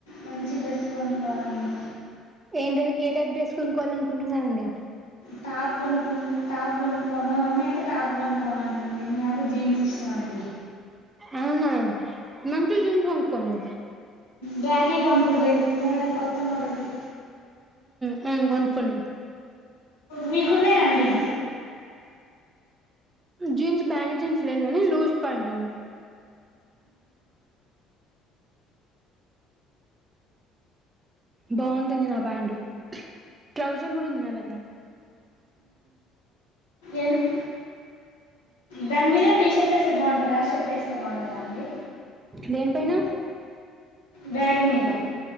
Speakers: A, on the left (about 85°); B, on the right (about 25°).
A: మంచి డ్రెస్ కొనుక్కోవాలండి
B: ఏంటది ఏ టైప్ డ్రస్ కొనుక్కవాలి అనుకుంటున్నారండి
A: టాప్ కొనుకు టాప్ కొనుకో మా మమ్మీ అయితే టాప్ కొను కొనుకోమంటుంది నాకు జీన్స్ ఇష్టమండి
B: అవునా మంచి జీన్స్ కొన్నుకోండి
A: బ్యాగీ కొనుకుంటా మోడ కొత్త మోడలు
B: హా కొనుకోండి
A: మీకున్నాయండి
B: జీన్స్ బ్యాగీ జీన్స్ లేదు కానీ లూజ్ ప్యాంటుంది బాగుంటుంది నా ప్యాంటు ట్రోజర్ కూడా ఉంది నా దగ్గర
A: ఎంత్ దాని మీద టీ షర్ట్ వేస్తే బాగుంటుందా షర్ట్ వేస్తే బాగుంటుందా అండి
B: దేనిపైన
A: బ్యాగీ మీద